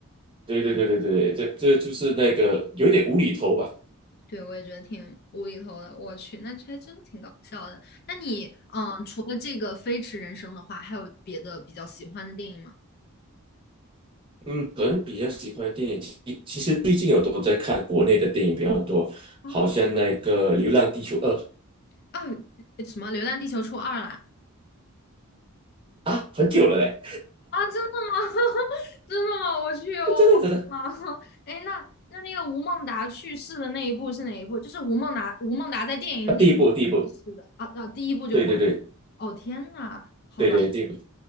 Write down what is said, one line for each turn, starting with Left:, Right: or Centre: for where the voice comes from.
Right: 对对对对对，这这就是那个有一点无厘头吧。
Left: <laughs> 对，我也觉得挺无厘头的。我去，那还真挺搞笑的。那你，嗯，除了这个《飞驰人生》的话，还有别的比较喜欢的电影吗？
Right: 嗯，个人比较喜欢的电影，其其实最近有都在看国内的电影比较多，
Left: 啊。
Right: 好像那个《流浪地球二》
Left: 啊，什么《流浪地球》出二了
Right: 啊，很久了嘞，
Left: 啊，真的吗？<laughs> 真的吗？我去，我忘了。
Right: 真的真的
Left: <laughs> 哎，那那那个吴孟达去世的那一部是哪一部？就是吴孟达，吴孟达在电影里
Right: 啊，第一部第一部，
Left: 去世的啊啊，第一部就挂了。
Right: 对对对
Left: 哦天呐，好吧，
Right: 对对第一部，